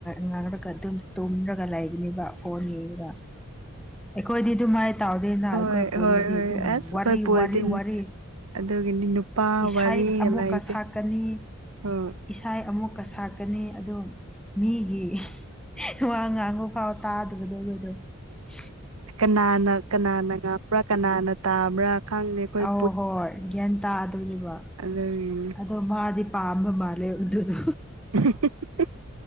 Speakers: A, in the centre; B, on the right.
A: ꯉꯥꯡꯔꯒ ꯑꯗꯨꯝ ꯇꯨꯝꯔꯒ ꯂꯩꯕ ꯄꯤꯅꯤꯕ ꯐꯣꯟ ꯌꯕ ꯑꯩꯈꯣꯏꯗꯤ ꯑꯗꯨꯃꯥꯏ ꯇꯥꯎꯗꯦꯅ
B: ꯍꯣꯏ
A: ꯑꯩꯈꯣꯏ ꯄꯨꯜꯂꯗꯤ
B: ꯍꯣꯏ ꯍꯣꯏ
A: ꯑꯗꯨꯝ
B: ꯑꯁ
A: ꯋꯥꯔꯤ
B: ꯑꯩꯈꯣꯏ ꯄꯣꯜꯗꯤ
A: ꯋꯥꯔꯤ ꯋꯥꯔꯤ
B: ꯑꯗꯨꯒꯤꯅꯤ ꯅꯨꯄꯥ
A: ꯏꯁꯥꯏ
B: ꯋꯥꯔꯤꯒ
A: ꯑꯃꯨꯛꯀ
B: ꯂꯩꯇꯦ
A: ꯁꯥꯛꯀꯅꯤ
B: ꯍꯣꯏ
A: ꯏꯁꯥꯏ ꯑꯃꯨꯛꯀ ꯁꯥꯛꯀꯅꯤ ꯑꯗꯨ ꯃꯤꯒꯤ ꯋꯥ ꯉꯥꯡꯕ ꯐꯥꯎ ꯇꯥꯒꯣꯒꯗꯣ ꯎ
B: ꯀꯅꯥꯅ ꯀꯅꯥꯅ ꯉꯥꯡꯕ꯭ꯔꯥ ꯀꯅꯥꯅ ꯇꯥꯕ꯭ꯔꯥ ꯈꯪꯗꯦ ꯑꯩꯈꯣꯏ
A: ꯑ ꯍꯣꯏ ꯒ꯭ꯌꯥꯟ ꯇꯥꯗꯣꯔꯤꯕ
B: ꯑꯗꯨꯗ
A: ꯑꯗꯣ ꯃꯥꯗꯤ ꯄꯥꯝꯕ ꯃꯥꯜꯂꯦ ꯑꯗꯨꯗꯣ
B: <inaudible>